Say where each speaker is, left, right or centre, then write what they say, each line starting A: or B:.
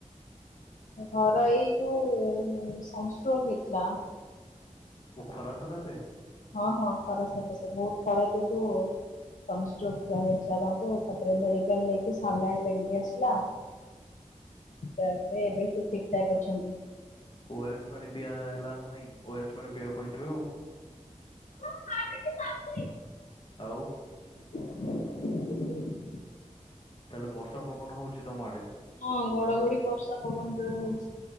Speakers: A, on the left (about 75°); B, on the left (about 40°).
A: ଘର ଏଇ ଯୋଉ ସନଷ୍ଟ୍ରୋକ ହେଇଥିଲା।
B: ଓ ଖରା ସକାଶେ?
A: ହଁ ହଁ ଖରା ସକାଶେ ବହୁତ ଖରା ଯୋଗୁ ସନଷ୍ଟ୍ରୋକ ପୁରା ହେଇଥିଲା ତାଙ୍କୁ ତାପରେ ମେଡିକାଲ ନେଇକି ସାଲାଇନ୍ ଲାଗିକି ଆସିଲା।
B: <inaudible>
A: ତାପରେ ଏବେ ସେ ଠିକଠାକ୍ ଅଛନ୍ତି।
B: ଓ ଆର ଏସ ପାଣି ଦିଆ ହେଲାନା ନାଇଁ ଓ ଆର ଏସ ପାଣି ପିଆକୁ କହିଥିବ ଆଉ
A: ମୋ ସାଇଟ୍ ଚାଲିଛି?
B: ଆଉ?
A: <inaudible>
B: ତା ହେଲେ ବର୍ଷା ପବନ ହଉଛି ତମ ଆଡେ?
A: ହଁ ଘଡଘଡି ବର୍ଷା ପବନ ଜୋରେ ହଉଛି।